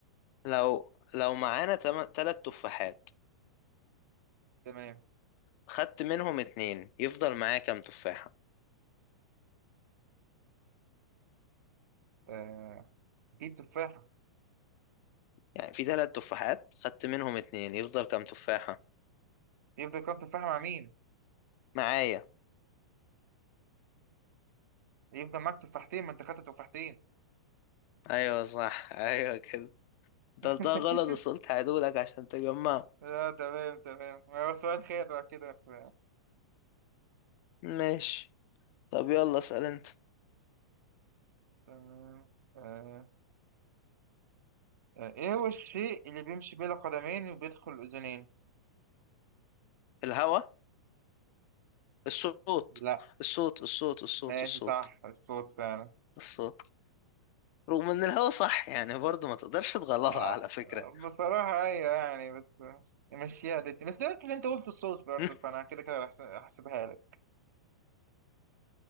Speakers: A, on the left (about 50°); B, on the right (about 70°).
A: لو لو معانا تم... تلات تفاحات
B: تمام
A: خدت منهم اتنين يفضل معايا كام تفاحة
B: آه، إيه تفاحة
A: يعني في تلات تفاحات خدت منهم اتنين يفضل كام تفاحة
B: يفضل كام تفاحة مع مين؟
A: معايا
B: يفضل معاك تفاحتين ما أنت خدت تفاحتين
A: ايوه صح ايوه كده ده
B: <laughs>
A: ده غلط بس قلت هعيدهولك عشان تجمعه
B: لا تمام تمام هو سؤال خير بقى كده ف-
A: ماشي طب يلا اسأل انت
B: تمام آه. آه. إيه هو الشيء اللي بيمشي بلا قدمين وبيدخل أذنين؟
A: الهوا الصوت
B: لا
A: الصوت الصوت الصوت
B: ماشي
A: الصوت
B: صح الصوت فعلا
A: الصوت رغم ان الهوا صح يعني برضه ما تقدرش تغلطها
B: آه،
A: على فكرة
B: بصراحة أيوة يعني بس مشيها ضدي بس ده اللي أنت قلت الصوت برضه
A: <laughs>
B: فأنا كده كده هحس- هحسبها لك